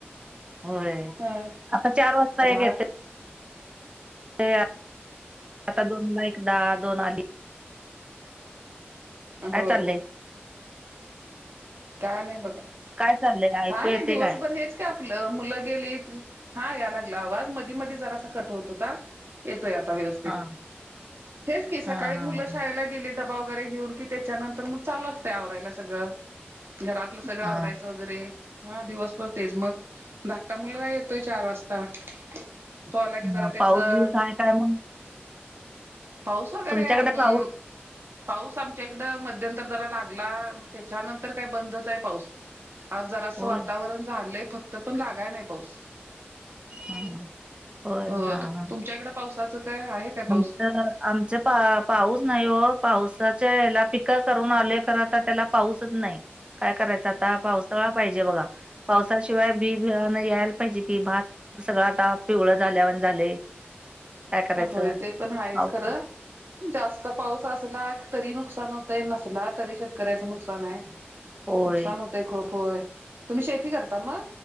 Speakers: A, on the right; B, on the right.
A: होय,
B: अ
A: आता चार वाजता
B: लहा
A: एक येत ते <unintelligible> आता दोन ला एकनार दोन आली काय
B: होय
A: चाललंय?
B: काय नाही बघा
A: काय चाललंय
B: का
A: ऐकू येते
B: नाही दिवसभर
A: काय
B: हेच ते आपलं मुलं गेली हा या लागला आवाज मधी मध जरा असा कट होत होता. येतोय आता व्यवस्थित.
A: हा
B: <inaudible> हेच की, सकाळी
A: हा हा
B: मुलं शाळेला गेली डबा वगैरे घेऊन की, त्याच्यानंतर मग चाल असते आवरायला सगळं. घरातलं सगळं आवरायचं
A: हा
B: वगैरे, हा दिवसभर तेच मग. धाकटा मुलग येतोय चार वाजता ता. <inaudible> तो आला की जरा
A: हा
B: त्याचं
A: पाऊस बीस
B: <inaudible>
A: आहे काय मग
B: पाऊस वगैरे
A: तुमच्याकडे
B: अम
A: पाऊस
B: पाऊस आमच्या इकडं, मध्यंतर जरा लागला. त्याच्यानंतर काय बंदच आहे पाऊस. आज जरा असं
A: होय
B: वातावरण झालंय फक्त. पण लागाय नाही पाऊस.
A: हा होय
B: <inaudible> हो.
A: हा हा
B: तुमच्याकड पावसाचं, काय आहे काय
A: आमचं
B: पाऊस?
A: आमचे पा पाऊस नाही हो. पावसाच्या याला पिकं करून आलेय, खरं आता त्याला पाऊसच नाही. काय करायचं आता? पावसाळा पाहिजे बघा, पावसाशिवाय बी बियान यायला पाहिजे कि, भात सगळं आता, पिवळ झाल्यावरण झालंय. काय करायचं
B: होय, ते पण आहेच
A: पाऊस
B: खरं. जास्त पाऊस असला तरी नुकसान होतंय, नसला तरी शेतकऱ्याच नुकसान आहे.
A: होय
B: नुकसान होतय खूप होय. तुम्ही शेती करता ना?